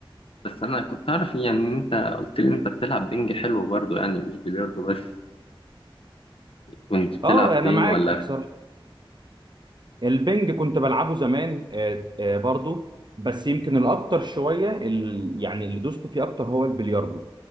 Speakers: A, on the left; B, on the right.
A: بس انا كنت اعرف إيه، يعني ان انت قلت لي انت بتلعب بينج حلو برضو يعني مش بلياردو بس كنت بتلعب
B: اه انا
A: فين
B: معاك
A: ولا
B: بصراحه البنج كنت بلعبه زمان آه، آه، برضو بس يمكن الاكتر شويه ال... يعني اللي دوست فيه اكتر هو البلياردو